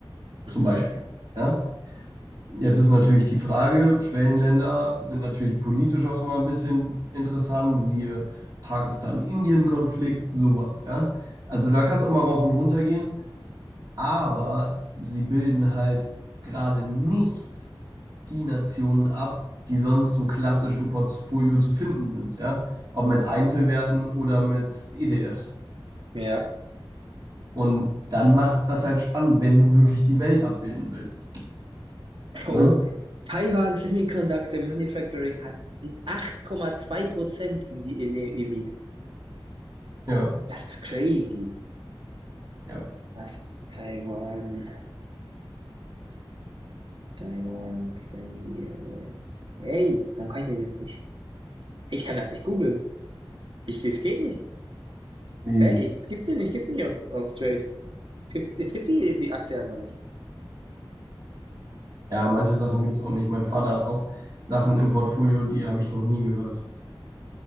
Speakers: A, on the right (about 65°); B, on the right (about 45°).
A: mhm,
B: zum Beispiel. Ja? Jetzt ist natürlich die Frage, Schwellenländer sind natürlich politisch auch immer ein bisschen interessant, siehe Pakistan-Indien-Konflikt, sowas, ja. Also da kann es auch mal rauf und runter gehen, aber sie bilden halt gerade nicht die Nationen ab, die sonst so klassisch im Portfolio zu finden sind, ja. Ob mit Einzelwerten oder mit ETFs.
A: ja.
B: Und dann macht es das halt spannend, wenn du wirklich die Welt abbilden willst.
A: Bro,
B: Ne?
A: Taiwan Semiconductor Manufacturing hat 8,2 Prozent in die in der EMI.
B: Ja,
A: Das ist crazy.
B: ja.
A: Was? Taiwan, Taiwan Semi. Hey, warum kann ich das jetzt nicht? Ich kann das nicht googeln. Ich, das geht nicht.
B: Wie?
A: Hä? Ich, das gibt's hier nicht. Gibt's ja nicht auf, auf Trade. Es gibt, es gibt die, die Aktie einfach nicht.
B: Ja, manche Sachen gibt es auch nicht. Mein Vater hat auch Sachen im Portfolio, die habe ich noch nie gehört.